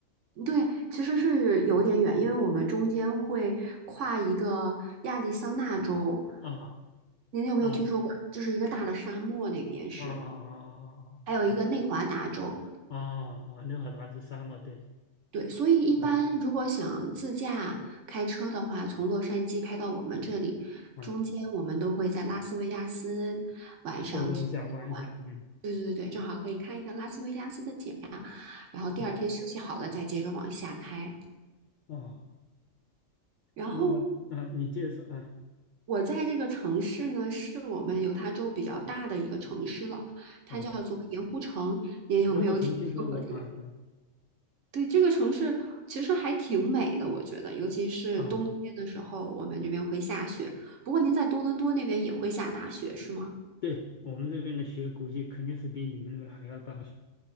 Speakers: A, on the right; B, on the left.
A: 对，其实是有点远，因为我们中间会跨一个亚利桑那州，
B: 啊。
A: 您有没有听说过？
B: 啊
A: 就是一个大的沙漠那边是，
B: 啊啊啊
A: 还有一个内华达州。
B: 啊啊！啊！啊啊六海达是沙漠，对，
A: 对，所以一般如果想自驾开车的话，
B: 嗯
A: 从洛杉矶开到我们这里，
B: 嗯，
A: 中间我们都会在拉斯维加斯晚上停一晚。
B: 逗留一下，玩一下，嗯，
A: 对对对，正好可以看一看拉斯维加斯的景呀，然后第二天休息好了再接着往下开。
B: 对，啊，
A: 然后
B: 那啊，你接着说啊
A: 我在这个城市呢，是我们犹他州比较大的一个城市了，它叫做盐湖城。
B: 啊，
A: 您有没有听说过这个？
B: 年货曾听说过啊嗯
A: 对，这个城市其实还挺美的，我觉得，尤其是冬天的时候，
B: 啊，
A: 我们这边会下雪。不过您在多伦多那边也会下大雪，是吗？
B: 对我们这边的雪估计肯定是比你们那边还要大，<laughs>